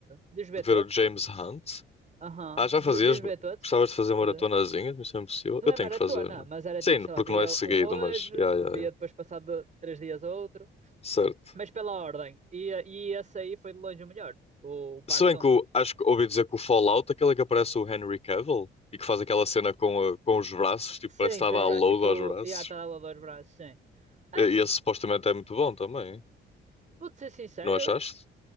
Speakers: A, on the right (about 40°); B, on the left (about 30°).
A: de os ver
B: de ver
A: todos.
B: o James Hunt.
A: Aham,
B: Ah, já
A: de,
B: fazias?
A: de os ver todos.
B: Gostavas de fazer
A: Estás
B: maratonazinhas?
A: a ver?
B: Isso é impossível.
A: Não
B: Eu
A: é
B: tenho
A: maratona,
B: que fazer, não?
A: mas
B: é?
A: era
B: Sim,
A: tipo, sei
B: porque
A: lá, via
B: não é seguido,
A: um hoje,
B: mas. Ya, ya,
A: via
B: ya.
A: depois passado três dias outro.
B: Certo.
A: Mas pela ordem. E, e esse aí foi de longe o melhor. O o parte
B: Se bem
A: 1.
B: que o- acho que ouvi dizer que o Fallout, aquele que aparece o Henry Cavill e que faz aquela cena com, eh, com os braços, tipo,
A: Sim,
B: parece que está
A: com
B: a
A: os
B: dar
A: braços,
B: load
A: tipo...
B: aos braços.
A: Yeah, tá lá dois braços, sim. Ah,
B: E esse supostamente é muito bom também.
A: vou-te ser sincero.
B: Não achaste?